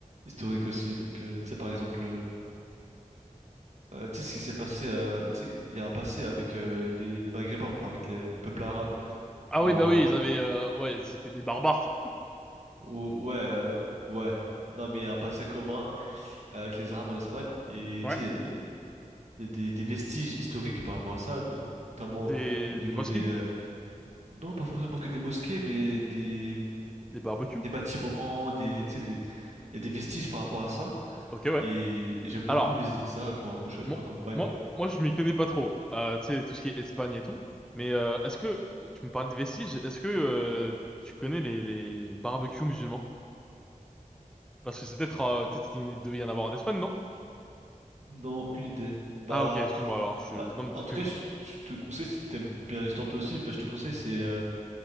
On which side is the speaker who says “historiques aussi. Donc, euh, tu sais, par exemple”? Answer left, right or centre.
Right